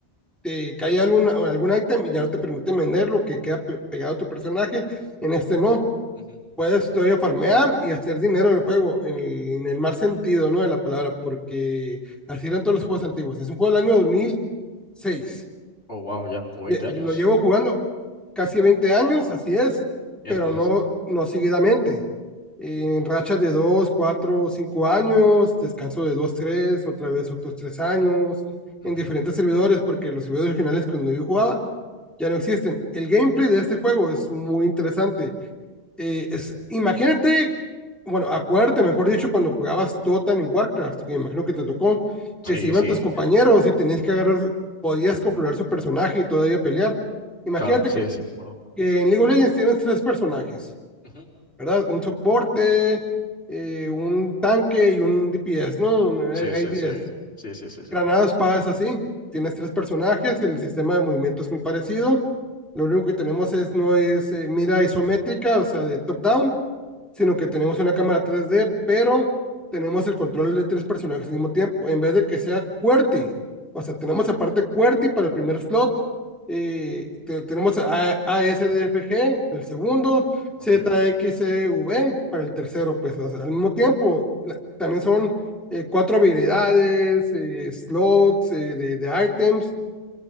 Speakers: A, in the centre; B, on the left (about 75°).
A: te cae algún, algún ítem y ya no te permite venderlo, que queda pe- pegado a tu personaje, en este no
B: Ujú.
A: puedes todavía farmear y hacer dinero en el juego, en el, en el mal sentido, ¿no? De la palabra, porque así eran todos los juegos antiguos. Es un juego del año 2006.
B: Oh, wow, ya como 20
A: Lle-
B: años,
A: Lo llevo jugando casi 20 años, así es,
B: miércoles.
A: pero no, no seguidamente. En rachas de 2, 4, 5 años, descanso de 2, 3, otra vez otros 3 años,
B: Ujú,
A: en diferentes servidores, porque los servidores originales que yo jugaba ya no existen. El gameplay de este juego es muy interesante eh, es, imagínate, bueno,
B: ujú.
A: acuérdate, mejor dicho, cuando jugabas Totan en Warcraft, que me imagino que te tocó,
B: Sí,
A: que se iban
B: sí,
A: tus compañeros y tenías que agarrar, podías controlar su personaje y todavía pelear. Imagínate
B: claro, sí,
A: que,
B: sí, me acuerdo.
A: que en League of Legends tienes tres personajes,
B: Ujú.
A: ¿verdad? Un soporte, eh, un tanque y un DPS, ¿no?
B: Sí,
A: Hay
B: sí,
A: días.
B: sí, sí, sí, sí, sí. sí.
A: Granadas, es así. Tienes tres personajes, el sistema de movimiento es muy parecido. Lo único que tenemos es, no es eh, mira isométrica, o sea, de top-down, sino que tenemos una cámara 3D, pero tenemos el control de tres personajes al mismo tiempo, en vez de que sea QWERTY. O sea, tenemos aparte QWERTY para el primer slot, eh, te- tenemos a- ASDFG, el segundo,
B: Ok.
A: ZXCV para el tercero, pues o sea, al mismo tiempo, la- también son eh, cuatro habilidades, eh, slots eh, de, de items,